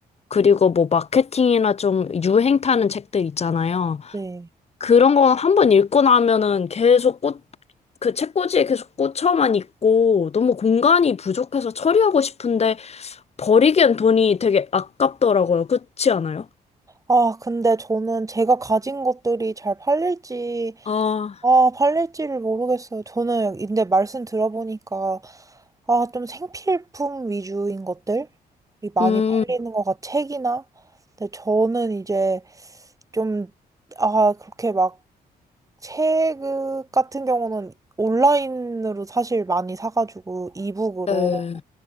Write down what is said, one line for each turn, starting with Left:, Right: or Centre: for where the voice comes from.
Left: 그리고 뭐 마케팅이나 좀 유행 타는 책들 있잖아요.
Right: 네.
Left: 그런 거 한 번 읽고 나면은 계속 꽂, 그 책꽂이에 계속 꽂혀만 있고 너무 공간이 부족해서 처리하고 싶은데 버리기엔 돈이 되게 아깝더라고요. 그렇지 않아요?
Right: 아, 근데 저는 제가 가진 것들이 잘 팔릴지,
Left: 아,
Right: 아, 팔릴지를 모르겠어요. 저는 근데 말씀 들어보니까 아, 좀 생필품 위주인 것들이 많이
Left: 음,
Right: 팔리는 것 같아. 책이나. 근데 저는 이제 좀 아, 그렇게 막 책 같은 경우는 온라인으로 사실 많이 사가지고 이북으로
Left: 네.